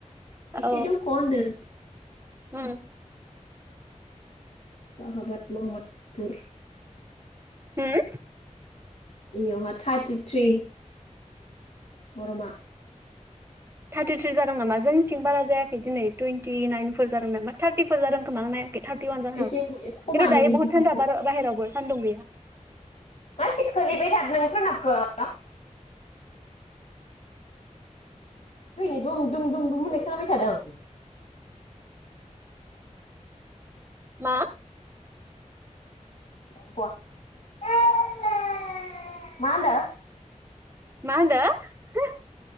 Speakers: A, on the left; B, on the right.
A: इसे
B: औ
A: दंख' होनदों।
B: उम
A: साहाबत महद बुर
B: हम?
A: बेयावहा थारथिथ्रि गरमा
B: थारथिथ्रि जादों नामा जोंथिं बारा जायाखै दिनै टुइन्टि नाइनफोर जादों नामा थार्टिफोर जादों खोमा आं नाय थार्टि वान जनो
A: एसे
B: हागौ
A: खमानो
B: खिनथु दायो
A: बिदिखासो
B: बहुद थान्दा बार-बाहेरावबो। सान्दुं गैया
A: मासि खोलैबाय थाद नों <unintelligible> <unintelligible> दुम दुम दुमु दुम होननाय खोनाबाय थादों <inaudible>
B: मा
A: <unintelligible> मा होनदों
B: मा होनदो <unintelligible>